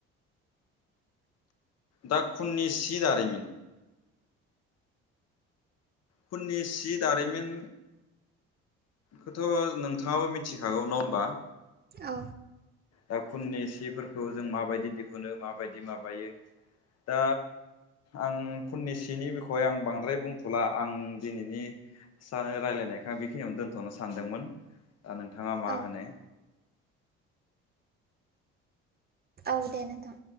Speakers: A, on the left; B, on the right.
A: दा खुननि सि दारिम खुननि सि दारिमिन खोथ' नोंथाङाबो मिथिखागौ न होमबा
B: औ
A: दा खुननि सिफोरखौ जों माबायदि दिहुनो माबायदि माबायो दा आं खुननि‌ सिनि बिखय आं बांद्राय बुंथ'ला आं दिनैनि सानो रायलायनायखो आं बेखिनियावनो दोनथ'नो सानदोंमोन ओ नोंथाङा मा
B: औ
A: होनो
B: औ दे नोंथां